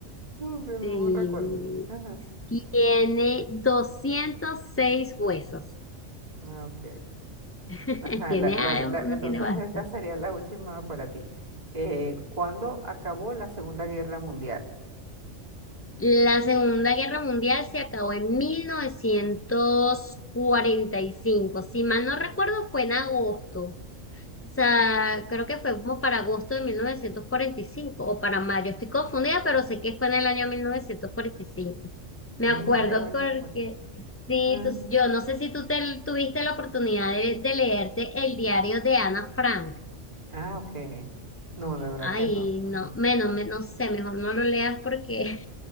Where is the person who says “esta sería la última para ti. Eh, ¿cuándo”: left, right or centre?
Right